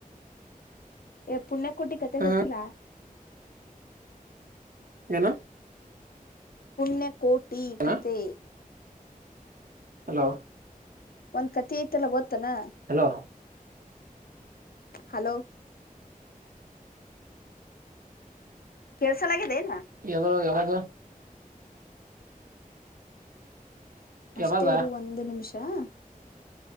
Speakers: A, on the left; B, on the right.
A: ಹೇ ಪುಣ್ಯಕೋಟಿ ಕೋಟಿ ಕತೆೆ
B: ಹ್ಮ
A: ಗೊತ್ತಿಲ್ಲ
B: ಏನು
A: ಪುಣ್ಯಕೋಟಿ
B: ಏನ
A: ಕತೆ
B: ಹಲೋ
A: ಒಂದ್ ಕತೆ ಐತೆಲ್ಲ ಗೊತ್ತ ತಾನಾ
B: ಹಲೋ
A: ಹಲೋ ಕೆಳಸಲಾಗದೆನು
B: ಯದೋ ಯಾವಾಗ
A: ಅಷ್ಟೇ
B: ಯಾವಾಗ
A: ಇರು ಒಂದು ನಿಮಿಷ <inaudible>